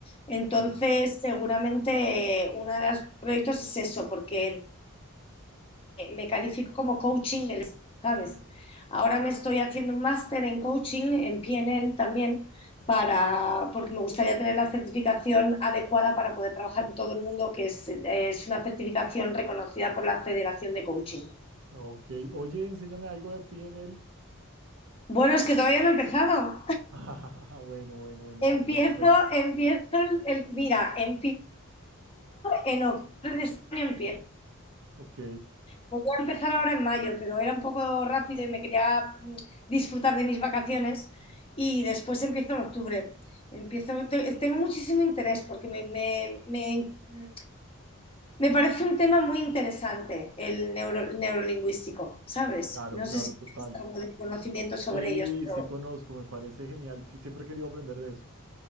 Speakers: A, on the left; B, on the right.
A: Entonces,
B: Ok,
A: seguramente eh, uno de los proyectos es eso, porque eh, me califico como coaching del, ¿sabes? Ahora me estoy haciendo un máster en coaching, en PNL también, para, porque me gustaría tener la certificación adecuada para poder trabajar en todo el mundo, que es, es una certificación reconocida por la Federación de Coaching.
B: ok. Oye, enséñame algo de PNL.
A: Bueno, es que todavía no he empezado.
B: <laughs> Ah, bueno, bueno, bueno,
A: Empiezo,
B: toca después.
A: empiezo, el, el- mira, empiezo en octubre de este año, empiezo
B: Ok,
A: Voy a empezar ahora en mayo, pero era un poco rápido y me quería mm, disfrutar de mis vacaciones y después empiezo en octubre. Empiezo, te- tengo muchísimo interés porque me, me- me- mm, me parece un tema muy interesante el neuro- neurolingüístico, ¿sabes?
B: claro,
A: No
B: claro,
A: sé si
B: total.
A: tienes algo de conocimiento sobre
B: Sí,
A: ellos, pero
B: sí conozco, me parece genial, que siempre he querido aprender de eso.